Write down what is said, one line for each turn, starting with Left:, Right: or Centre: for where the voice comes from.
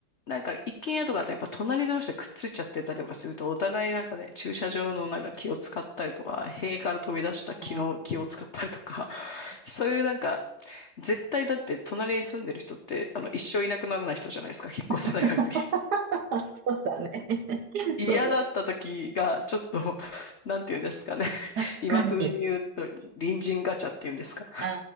Left: なんか、一軒家とかってやっぱ隣同士でくっついちゃってたりとかすると、お互いなんかね、駐車場のなんか気を使ったりとか、塀から飛び出した木の気を使ったりとか、
Right: あー
Left: <laughs> そういうなんか、
Right: そう
Left: 絶対だって隣に住んでる人って、あの、一生いなくならない人じゃないですか、引っ越さない限り。
Right: <laughs> そうだね。<laughs>
Left: 嫌だった時が、
Right: そう
Left: ちょっと、<laughs> なんて言うんですかね。<laughs>
Right: だ。確かに。
Left: 今風に言うと、隣人ガチャって言うんですか。
Right: あ